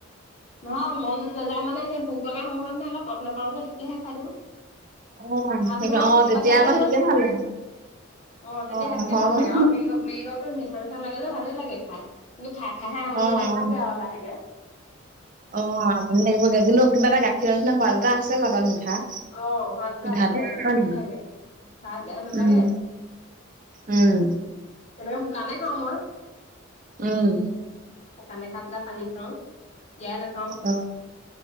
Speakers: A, on the left (about 30°); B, on the right (about 40°).
A: নহয় মন নাযায় মানে সেই ভোক লগা সময়ৰ কাৰণেহে আকৌ ত'ত নাপাওঁ যে তেতিয়াহে খাই দিওঁ।
B: অ
A: ভাতনো
B: সেই
A: আৰু
B: অ
A: তিনিবাৰ
B: তেতিয়া
A: চাৰিবাৰ
B: আকৌ সেইটোকে
A: কিমান খাবি।
B: ভাল লাগে
A: অ', তেতিয়া
B: অ
A: সেইটোকে
B: হয়
A: ভাল
B: বাৰু
A: লাগে আৰু ম মেৰিগ'ল্ডটো মিঠা, মিঠা লাগে যে ভালে লাগে খাই কিন্তু খাই খাইহে আমনি
B: অ
A: লাগিবগে
B: অ
A: আৰু লাহেকে।
B: অ', আমুনি লাগিব কিন্তু কিবা এটা গাখীৰৰ নিচিনা সোৱাদ এটা আছে বাৰু মিঠা।
A: অ
B: <unintelligible>
A: সোৱাদ এটা আছে
B: হয়
A: ভালে লাগে খাই বেয়া নালাগে
B: উম। উম।
A: তেনেকে শুকানে খাওঁ মই।
B: উম।
A: শুকানে খাই পেলাই পানী খাওঁ টিয়াই নাখা
B: অ',